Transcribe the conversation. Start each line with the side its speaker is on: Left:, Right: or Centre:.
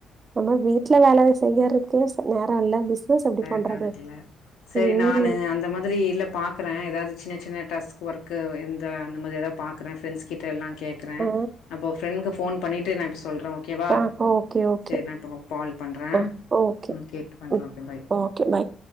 Right: நம்ம வீட்ல வேல செய்யறக்கே சே நேரோ இல்ல
Left: <unintelligible>
Right: பிசினஸ் எப்படி பண்றது?
Left: செரி
Right: ம்.
Left: நானு அந்த மாதிரி இல்ல பாக்குற எதாது ச் சின்ன சின்ன டஸ்க்கு ஒர்க்கு இந்த அந்த மாரி எதா பாக்கற ஃப்ரெண்ட்ஸ்கிட்ட எல்லா கேக்கறே
Right: ஆ.
Left: அப்ப ஃப்ரெண்க்கு ஃபோன் பண்ணிட்டு <unintelligible> சொல்ற ஓகேவா
Right: ஆ. Okay, okay.
Left: சேர் நா இப்ப பால் பண்றே
Right: ஆ. ஓகே.
Left: ம் கேட்டு பண்றே
Right: ம்.
Left: பாய்
Right: ஓகே பாய்